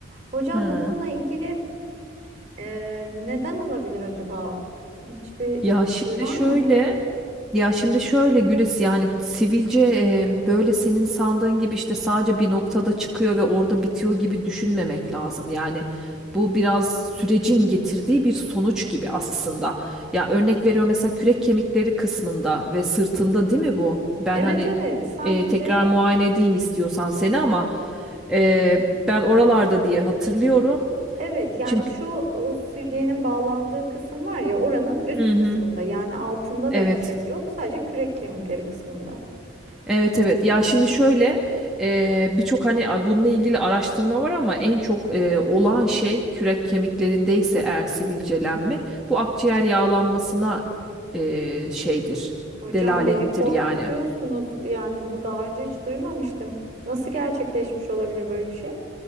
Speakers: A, on the right; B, in the centre.
A: Hocam
B: Ha.
A: bununla ilgili e, neden olabilir acaba? Hiçbir
B: Ya şimdi
A: şey var
B: şöyle
A: mı?
B: ya şimdi şöyle Gülis yani sivilce e, böyle senin sandığın gibi işte sadece bir noktada çıkıyor ve orada bitiyor gibi düşünmemek lazım. Yani bu biraz sürecin getirdiği bir sonuç gibi aslında. Ya örnek veriyorum mesela kürek kemikleri kısmında ve sırtında değil mi bu? Ben
A: Evet
B: hani
A: evet sadece
B: e, tekrar muayene edeyim istiyorsan seni ama e, ben oralarda diye hatırlıyorum.
A: Evet yani
B: Şimdi
A: şu o südyenin bağlandığı kısım var ya oranın üst
B: Hı hı.
A: kısmında yani altında
B: Evet.
A: da bir şey yok sadece kürek kemikleri kısmında.
B: Evet evet. Ya şimdi şöyle e, birçok hani a- bununla ilgili araştırma var ama en çok e, olan şey kürek kemiklerindeyse eğer sivilcelenme bu akciğer yağlanmasına e, şeydir.
A: Hocam
B: Delalettir
A: beni korkutuyorsunuz
B: yani.
A: yani bunu daha önce hiç duymamıştım. Nasıl gerçekleşmiş olabilir böyle bir şey?